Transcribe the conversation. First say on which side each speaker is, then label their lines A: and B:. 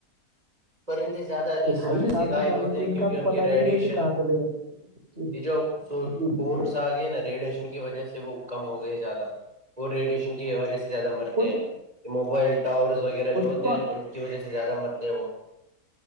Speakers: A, on the right; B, on the right.
A: پرندے زیادہ
B: دکھائی
A: اس وجہ
B: نہیں کافی
A: سے غائب
B: سالوں
A: ہوتے
B: سے
A: ہیں کیونکہ
B: کا تو
A: ان
B: پتا
A: کی ریڈیشن
B: ہی نہیں جیسے کہاں چلے گئے جی
A: یہ جو س
B: جی
A: خون
B: جی
A: جاگے نا <inaudible> ریڈیشن کی وجہ سے وہ کم ہو گئے زیادہ وہ ریڈیشن کی وجہ سے زیادہ مرتے
B: کچھ
A: ہیں موبائل ٹاورس وغیرہ
B: کچھ
A: جو ہوتے
B: تو
A: ہیں ان کی وجہ سے زیادہ مرتے ہیں وہ